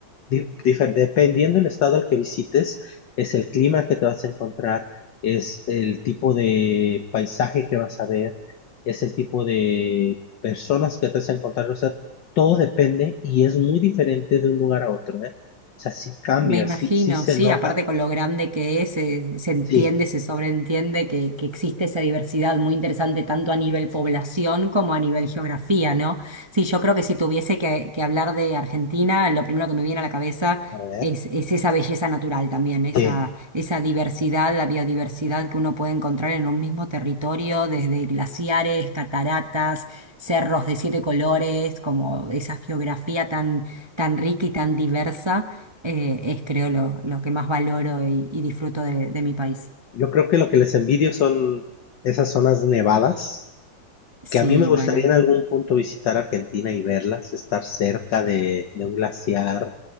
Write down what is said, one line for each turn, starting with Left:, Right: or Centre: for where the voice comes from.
Left: di- difer- dependiendo del estado al que visites, es el clima que te vas a encontrar, es el tipo de paisaje que vas a ver, es el tipo de personas que te vas a encontrar, o sea, todo depende y es muy diferente de un lugar a otro, ¿eh? O sea, sí cambia,
Right: Me imagino,
Left: sí, sí se
Right: sí,
Left: nota.
Right: aparte con lo grande que es, eh, se entiende,
Left: Sí,
Right: se sobreentiende que, que existe esa diversidad muy interesante tanto a nivel población como a nivel geografía, ¿no? Sí, yo creo que si tuviese que, que hablar de Argentina, lo primero que me viene a la cabeza
Left: a ver,
Right: es, es esa belleza natural también, esa,
Left: sí.
Right: esa diversidad, la biodiversidad que uno puede encontrar en un mismo territorio, desde glaciares, cataratas, cerros de siete colores, como esa geografía tan, tan rica y tan diversa eh, es creo lo, lo que más valoro y, y disfruto de, de mi país.
Left: Yo creo que lo que les envidio son esas zonas nevadas
Right: Sí,
Left: que a mí me gustaría
Right: bueno,
Left: en algún punto visitar Argentina y verlas, estar cerca de, de un glaciar,